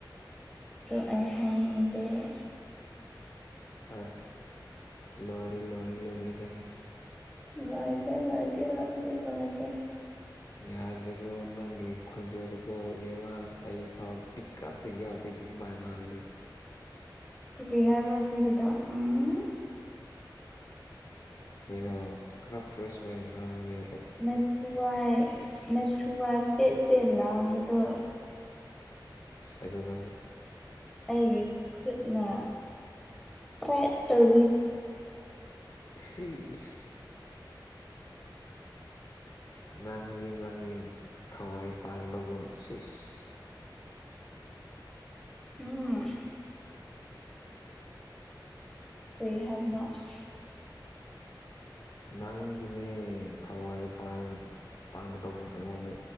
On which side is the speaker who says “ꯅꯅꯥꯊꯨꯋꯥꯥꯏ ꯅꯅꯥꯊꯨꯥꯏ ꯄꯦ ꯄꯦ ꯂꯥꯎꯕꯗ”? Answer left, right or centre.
Centre